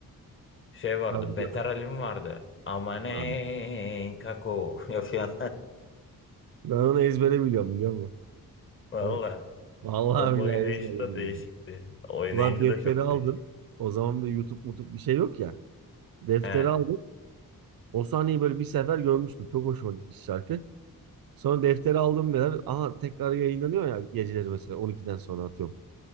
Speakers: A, on the left (about 30°); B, on the right (about 65°).
A: Şey vardı.
B: Tabii
A: Beter
B: canım.
A: Alim vardı. Amanen
B: Yani.
A: kako. <laughs> Yapıyor.
B: Ben onu ezbere biliyorum biliyor musun?
A: Valla.
B: Evet. Vallahi
A: Onun oynayışı
B: billahi ezberledim
A: da değişikti.
B: yani.
A: Oynayışı
B: Ulan defteri
A: da çok
B: aldım.
A: değişik.
B: O zaman da YouTube mutup bir şey yok ya. Defteri
A: He.
B: aldım. O sahneyi böyle bir sefer görmüştüm. Çok hoşuma gitmiş şarkı. Sonra defteri aldım ya. Aha tekrar yayınlanıyor ya geceleri mesela 12'den sonra atıyorum.